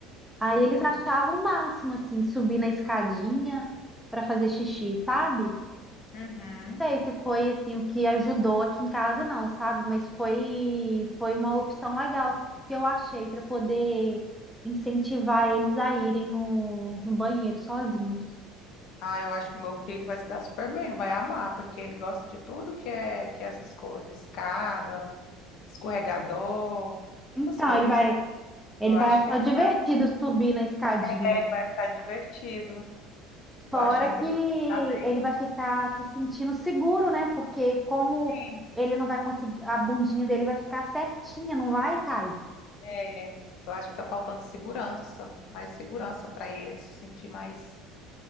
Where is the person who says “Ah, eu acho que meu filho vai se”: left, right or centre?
Left